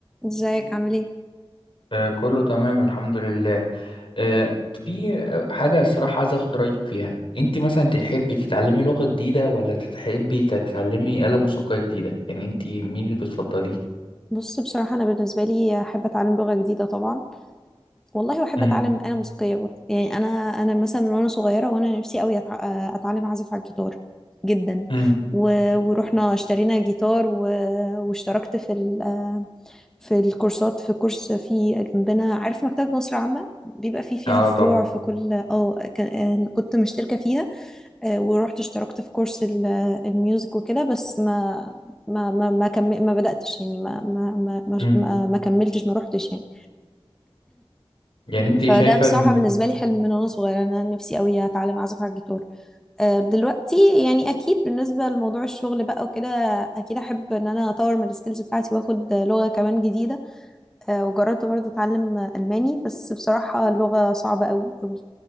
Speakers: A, in the centre; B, on the left.
A: ازيك عامل ايه
B: آه، كله تمام الحمد لله آه، في آه، حاجة الصراحة عايز أخد رأيك فيها أنت مثلا تحبي تتعلمي لغة جديدة ولا تحبي تتعلمي آلة موسيقية جديدة يعني أنت مين اللي بتفضليه
A: بص بصراحه انا بالنسبه لي احب اتعلم لغه جديده طبعا والله واحب
B: امم
A: اتعلم انا موسيقيه برضه يعني انا انا مثلا من وانا صغيره وانا نفسي قوي أتع... اتعلم اعزف على الجيتار جدا
B: امم
A: و... ورحنا اشترينا جيتار و... واشتركت في ال... في الكورسات في كورس في جنبنا عارف مكتبة مصر العامة بيبقى فيه فيها
B: اه
A: فروع
B: طبعا
A: في كل اه كان- كنت مشتركة فيها آه، ورحت اشتركت في كورس ال- الميوزك وكده بس ما ما ما ما, كم... ما بدأتش يعني ما ما ما ما,
B: امم
A: ما ما كملتش ما روحتش يعني
B: يعني أنت
A: فده
B: شايفة
A: بصراحة
B: إنه
A: بالنسبة لي حلم من وانا صغيرة انا نفسي قوي اتعلم اعزف على الجيتار آه، دلوقتي يعني اكيد بالنسبة لموضوع الشغل بقى وكده اكيد احب ان انا اطور من السكيلز بتاعتي واخد لغة كمان جديدة آه، وجربت برضه اتعلم الماني بس بصراحه اللغه صعبه قوي قوي